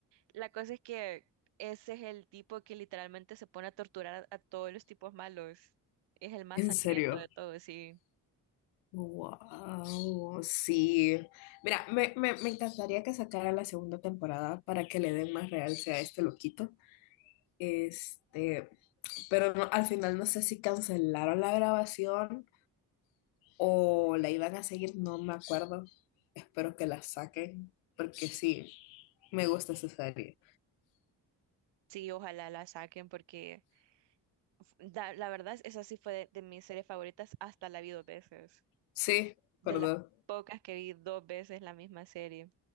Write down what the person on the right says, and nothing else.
la cosa es que ese es el tipo que literalmente se pone a torturar a, a todos los tipos malos. Es el más
sangriento
de todos, sí.
Sí, ojalá la saquen porque f- da- la, verdad, esa sí fue de, de mis series favoritas, hasta la vi dos veces.
De
las pocas que vi dos veces la misma serie.